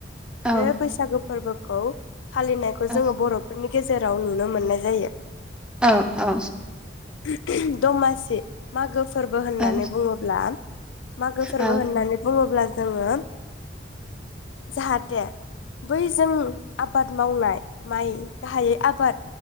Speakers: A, in the centre; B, on the left.
A: औ
B: बे बैसागु फोरबो खौ फालिनायखौ
A: औ
B: जोङो बर'फोरनि गेजेर राव नुनो मोननाय जायो
A: औ औ
B: <unintelligible> दमासि मागो फोरबो होननानै
A: ओं
B: बुङोब्ला मागो फोरबो
A: औ
B: होननानै बुङोब्ला जोङो जाहाथे बैजों आबाद मावनाय माइ गाहायै आबाद